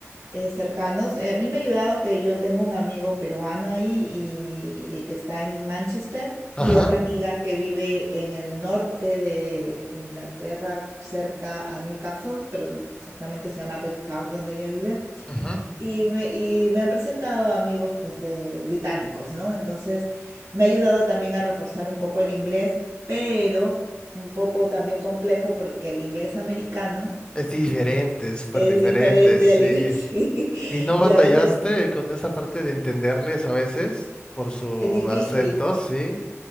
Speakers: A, on the right; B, on the left.
A: eh, cercanos. Eh, a mí me ha ayudado que yo tengo un amigo peruano ahí y, y que está en Manchester
B: Ajá,
A: y otra amiga que vive en el norte de Inglaterra, cerca a Newcastle, pero exactamente se llama Redcar, donde ella vive.
B: ujú.
A: Y me, y me han presentado amigos pues de británicos, ¿no? Entonces me ha ayudado también a reforzar un poco el inglés, pero un poco también complejo porque el inglés americano
B: Es diferente, es súper
A: es
B: diferente,
A: diferente
B: sí.
A: al inglés, <laughs> sí,
B: ¿Y no
A: y
B: batallaste
A: a veces
B: con esa parte de entenderles a veces por su
A: es difícil.
B: acento? Sí.